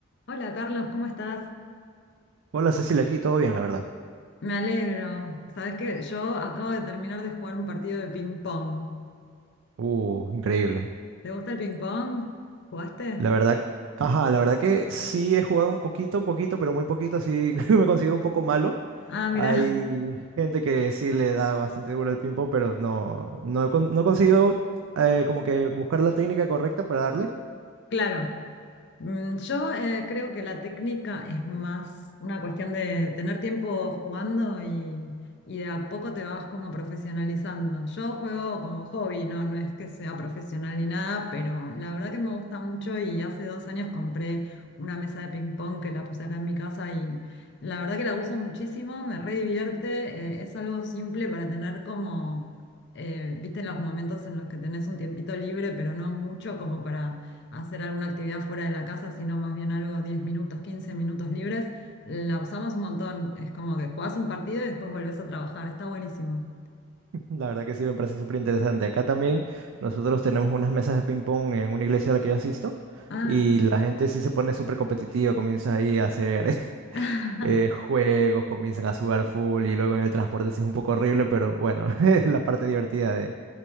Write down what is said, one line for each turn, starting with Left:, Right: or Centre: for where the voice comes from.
Left: Hola Carlos, ¿cómo estás?
Right: Hola Cecilia, aquí todo bien, la verdad.
Left: Me alegro. Sabes que yo acabo de terminar de jugar un partido de ping pong.
Right: Uh, increíble.
Left: ¿Te gusta el ping pong? ¿Jugaste?
Right: La verdad, ajá, la verdad que sí he jugado un poquito, poquito, pero muy poquito, así <laughs> me considero un poco malo.
Left: Ah, mira,
Right: Hay gente que sí le da bastante duro al ping-pong, pero no, no, he con- no he conseguido eh, como que buscar la técnica correcta para darle.
Left: <laughs> claro. Mm, Yo eh, creo que la técnica es más una cuestión de tener tiempo jugando y, y de a poco te vas como profesionalizando. Yo juego como hobby, no, no es que sea profesional ni nada, pero la verdad que me gusta mucho y hace dos años compré una mesa de ping pong que la puse acá en mi casa y la verdad que la uso muchísimo, me re divierte, eh, es algo simple para tener como, eh, viste, los momentos en los que tenés un tiempito libre, pero no mucho como para hacer alguna actividad fuera de la casa, sino más bien algo 10 minutos, 15 minutos libres, la usamos un montón. Es como que jugás un partido y después volvés a trabajar. Está buenísimo.
Right: <laughs> La verdad que sí me parece súper interesante. Acá también nosotros tenemos unas mesas de ping-pong en una iglesia a la que yo asisto
Left: Ah,
Right: y la gente sí se pone súper competitiva, comienza ahí a hacer
Left: <laughs>
Right: eh, juegos, comienzan a sudar full y luego en el transporte sí es un poco horrible, pero bueno, <laughs> es la parte divertida de,